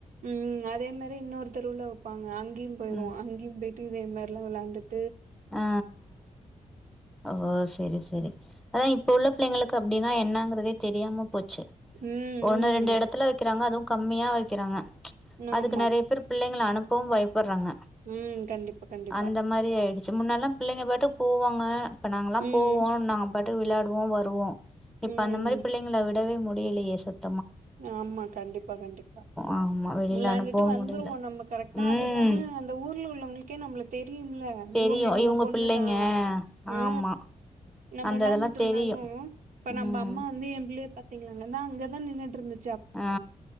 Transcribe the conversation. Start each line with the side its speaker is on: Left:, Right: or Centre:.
Right: ம் அதே மாரி இன்னொரு தெருவுல வெப்பாங்க அங்கேயு போயிருவோ
Centre: ம்
Right: அங்கேயும் போயிட்டு இதே மாரிலா விளாண்டுட்
Centre: ஆ ஆ ஓ சரி சரி ஆனா இப் இப்ப உள்ள பிள்ளைங்களுக்கு அப்டினா என்னாங்கிறதே தெரியாம போச்சு
Right: ம்,
Centre: ஒன்னு
Right: ம்.
Centre: ரெண்டு எடத்துல வக்கிறாங்க அதுவு கம்மியா வக்கிறாங்க
Right: ஆமா.
Centre: அதுக்கு நெறையா பேர் பிள்ளைங்கள அனுப்பவு பயப் படறாங்க
Right: ம். கண்டிப்பா, கண்டிப்பா.
Centre: அந்த மாரி ஆயிடுச் முன்னெல்லா பிள்ளைங்க பாட்டுக்கு போவாங்க இப்ப நாங்கலா
Right: ம்,
Centre: போவோ நாங்க பாட்டுக்கு விளாடுவோ வருவோ இப்ப
Right: ம்.
Centre: அந்த மாரி பிள்ளைங்கள விடவே முடிலையே சத்
Right: ஆமா கண்டிப்பா கண்டிப்பா
Centre: ஆமா வெளில
Right: விளாண்டுட்டு
Centre: அனுப்பவு
Right: வந்துருவோ
Centre: முடியல
Right: நம்ம கரெக்டா
Centre: ம்
Right: அது இல்லாம அந்த ஊர்ல உள்ளவங்களுக்கே நம்மள தெரியும்ல அ
Centre: தெரியு
Right: இவுங்க இவுங்க பொண்ணுதா
Centre: பிள்ளைங்க
Right: அ
Centre: ஆமா
Right: நம்ம
Centre: அந்த
Right: விளாண்டுட்ருந்தாலு
Centre: இதெல்லா தெரியு
Right: இப்ப நம்ப
Centre: ம்
Right: அம்மா வந்து எம்பிள்ளைய பாத்திங்ளாங்க இந்தா அங்கதா நின்னுட்ருந்து
Centre: ஆ